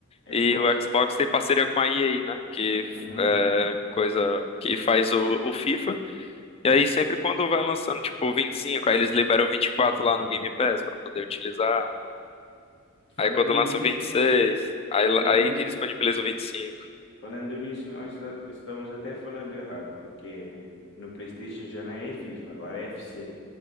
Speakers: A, on the left (about 60°); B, on the left (about 25°).
A: Xbox?
B: e o Xbox tem parceria com a EA, né? Que
A: Uhum.
B: é coisa que faz o, o FIFA. E aí sempre quando vai lançando, tipo, 25, aí eles liberam 24 lá no Game Pass pra poder utilizar.
A: Falando
B: Aí quando lança
A: nisso,
B: o 26, aí,
A: falando
B: aí
A: nisso,
B: que disponibiliza o 25.
A: falando nisso, nós esta- estamos até falando errado, porque no PlayStation já não é FIFA, agora é FC,